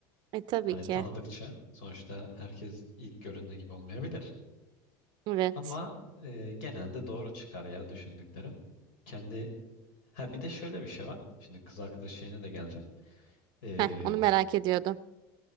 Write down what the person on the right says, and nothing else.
E tabii
ki.
Evet.
Heh, onu merak ediyordum.